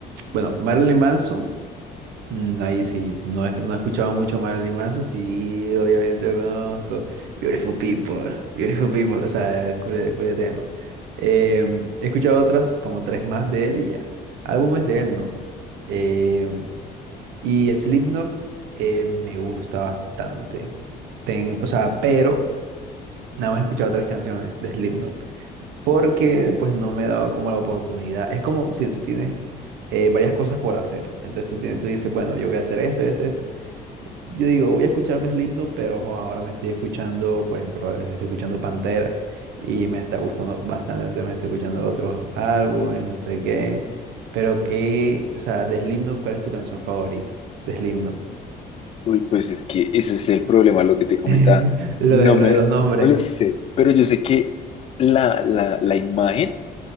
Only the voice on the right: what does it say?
bueno, Marilyn Manson. Mm, Ahí sí, no he, no he escuchado mucho Marilyn Manson, sí, obviamente lo conozco. Beautiful People, Beautiful People, o sea, cule, cule tema. Em, he escuchado otras, como tres más de él y ya. Álbumes de él no. Em, y Slipknot eh, me gusta bastante. Ten- o sea, pero nada más he escuchado tres canciones de Slipknot, porque pues no me he dado como la oportunidad. Es como si tú tienes eh, varias cosas por hacer, entonces tú, tienes, tú dices, bueno, yo voy a hacer esto, esto, esto. Yo digo, voy a escucharme Slipknot, pero jo, ahora me estoy escuchando, por ejemplo, ahora me estoy escuchando Pantera y me está gustando bastante, entonces me estoy escuchando otros álbumes, no sé qué. Pero qué, o sea, de Slipknot, ¿cuál es tu canción favorita? De Slipknot.
<laughs> Lo
de, lo
de los nombres.